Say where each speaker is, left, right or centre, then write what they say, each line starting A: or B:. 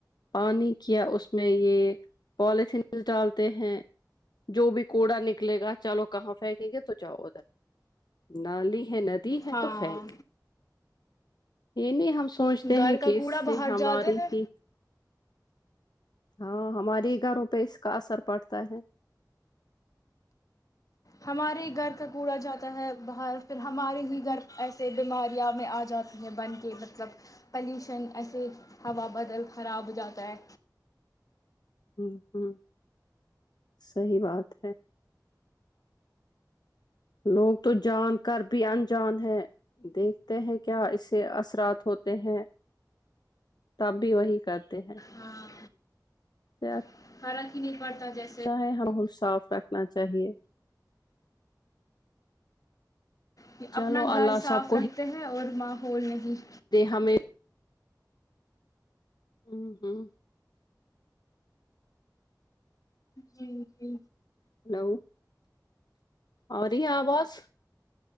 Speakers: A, on the left (about 70°); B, on the left (about 50°).
A: پانی کیا اس میں یہ پالتھینس ڈالتے ہیں جو بھی کوڑا نکلے گا چلو کہاں پھینکیں گے تو جاو ادھر نالی ندی ہے
B: ہاں
A: تو پھینک نہیں یہ نہیں ہم سب سوچتے
B: گھر
A: ہیں
B: کا
A: کہ
B: کوڑا
A: اس سے
B: باہر
A: ہماریے
B: جاتے ہیں
A: ہی ہاں ہماری گھروں پہ اس کا اثر پڑتا ہے
B: ہمارے ہی گھر کا کوڑا جاتا ہے باہر پھر ہمارے ہی گھر ایسے بیماریاں میں ا جاتا بن کے مطلب پلیوشن ایسے ہوا بدل خراب ہو جاتا ہے
A: بالکل سہی بات ہے لوگ تو جان کر بھی انجان ہے دیکھتے ہیں کیا اسے اثرات ہوتے ہیں تب بھی وہی کرتے ہیں
B: ہاں
A: سے
B: <unintelligible>
A: چاہے ہم کو صاف رکھنا چاہیے
B: کہ
A: چلو
B: اپنا
A: اللہ
B: گر صاف
A: سب
B: رکھتے ہیں اور ماحول نہیں
A: تے ہمیں آمہم
B: جی جی
A: ہیلو آ رہی آواز